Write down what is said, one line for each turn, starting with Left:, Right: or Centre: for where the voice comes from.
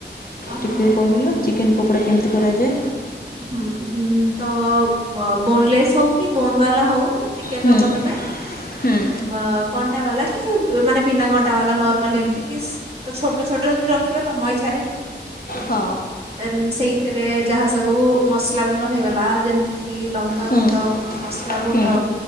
Right: ଓହୋ
Left: ଟିକଏ
Right: ହୋ
Left: କହିଲ ଚିକେନ୍ ପକୋଡ଼ା କେମିତି କରାଯାଏ?
Right: ହୁଁ, ଉଁ ତ ବୋନଲେସ୍ ହଉ କି ବୋନ୍ ବାଲା ହଉ। ଚିକ୍ କେ
Left: ହୁଁ
Right: ନବ ତମେ?
Left: ହୁଁ।
Right: ମା କଣ୍ଟା ବାଲା କି ମାନେ ବିନା କଣ୍ଟା ବାଲା ନର୍ମାଲ ଏମିତି ପିସ୍ ତ ଛୋଟ ଛୋଟ ଯଦି ରଖିବ ତମ‌ ଇଛାରେ
Left: ହଁ
Right: ଦେନ୍ ସେଇଥିରେ ଯାହା ସ୍ ଓ ମସଲା ଗୁଣ୍ଡ ହେଇଗଲା ଯେମିତି କି ଲଙ୍କା
Left: ହୁଁ
Right: ଗୁଣ୍ଡ ମସଲା ଗୁଣ୍ଡ।
Left: ହୁଁ